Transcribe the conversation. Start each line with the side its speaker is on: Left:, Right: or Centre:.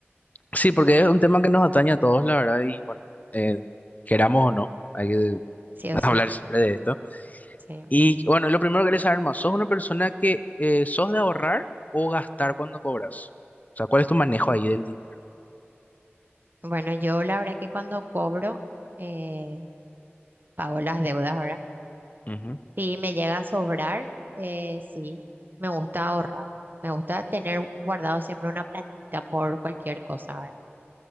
Left: sí, porque es un tema que nos atañe a todos, la verdad, y bueno, eh, queramos o no, hay que
Right: sí o
Left: <laughs>
Right: sí.
Left: hablar siempre de esto.
Right: Sí.
Left: Y bueno, lo primero que quería saber más, ¿sos una persona que eh, sos de ahorrar o gastar cuando cobras? O sea, ¿cuál es tu manejo ahí del dinero?
Right: Bueno, yo la verdad que cuando cobro, eh, pago las deudas ahora.
Left: Ujú,
Right: Si me llega a sobrar, eh, sí, me gusta ahorrar. Me gusta tener guardado siempre una platita por cualquier cosa ahora.